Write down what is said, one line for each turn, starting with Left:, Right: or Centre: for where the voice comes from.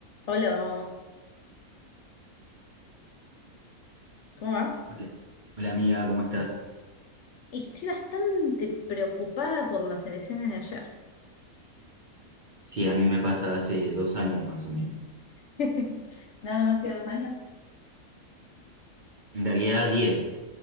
Left: Hola, ¿cómo va?
Right: Hola. Hola, amiga, ¿cómo estás?
Left: Y estoy bastante preocupada por las elecciones de ayer.
Right: Sí, a mí me pasa hace dos años más o menos.
Left: <laughs> Nada más que dos años
Right: En realidad diez